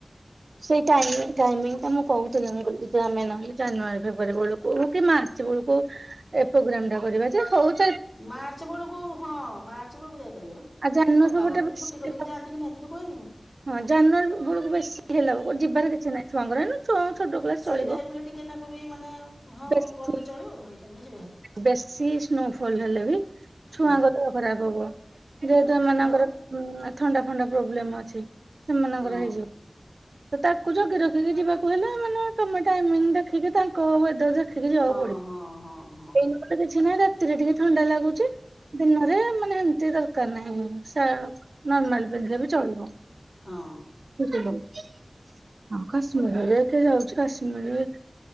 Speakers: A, on the right (about 80°); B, on the left (about 45°).
A: ସେଇ ଟାଇମିଙ୍ଗ ଟାଇମିଙ୍ଗ ଟା ମୁଁ କହୁଥିଲି ଆମେ ନହେଲେ ଜାନୁଆରୀ, ଫେବୃୟାରୀ ବେଳକୁ ହଉ କି ମାର୍ଚ୍ଚ ବେଳକୁ ଏ ପ୍ରୋଗ୍ରାମ ଟା କରିବା ଯେ ହଉଛି
B: ମାର୍ଚ୍ଚ ବେଳକୁ ହଁ ମାର୍ଚ୍ଚ ବେଳକୁ ଯାଇପାରିବ।
A: ଆଉ ଜାନୁଆରୀ
B: ଅପା
A: ଫେବୃଆରୀ
B: ହେକା ପୁଣି
A: ବେଶୀ
B: ଛୁଟି କରିକି ଯାଆନ୍ତି କି ନାହିଁ ତତେ କୁହେନି ମୁଁ।
A: ହଁ ଜାନୁଆରୀ ବେଳକୁ ବେଶୀ ହେଲା ଯିବାର କିଛି ନାହିଁ। ଛୁଆଙ୍କର ଏଇନା ଛୋଟ କ୍ଲାସ
B: ସେଇ
A: ଚଳିବ।
B: ଟାଇମ ରେ ଟିକେ ନାଁ କୁ ବି ମାନେ ହଁ
A: ବେଶୀ
B: ଗଲେ ଚଳିବ ହେଇ ଟାଇମ୍ ରେ ଯିବ ଭାରି।
A: ବେଶୀ ସ୍ନୋ ଫଲ ହେଲେ ବି ଛୁଆଙ୍କ
B: ହୁଁ
A: ଖରାପ ହବ। ଯେହେତୁ ଏମାନଙ୍କର
B: ଆଉ
A: ହୁଁ ଥଣ୍ଡା ଫଣ୍ଡା ପ୍ରୋବ୍ଲେମ ଅଛି ସେମାନଙ୍କର
B: ହଁ
A: ହେଇଯିବ। ତ ତାକୁ ଜଗି ରଖିକି ଯିବାକୁ ହେଲେ, ମାନେ ତମେ ଟାଇମିଙ୍ଗ ଦେଖିକି ତାଙ୍କ ୱେଦର୍ ରେ ଦେଖିକି ଯିବାକୁ
B: ହଁ
A: ପଡିବ।
B: ହଁ ହଁ ହଁ
A: ଏଇନିକା ତ କିଛି ନାହିଁ ରାତିରେ ଟିକେ ଥଣ୍ଡା ଲାଗୁଛି। ଦିନରେ ମାନେ ଏମତି ଦରକାର ନାହିଁ ସା ନର୍ମାଲ ପିନ୍ଧିଲେ ବି ଚଳିବ।
B: ହଁ।
A: ବୁଝିଲୁ? ହଁ, କାଶ୍ମୀରରେ କିଏ ଯାଉଛି କାଶ୍ମୀର ରେ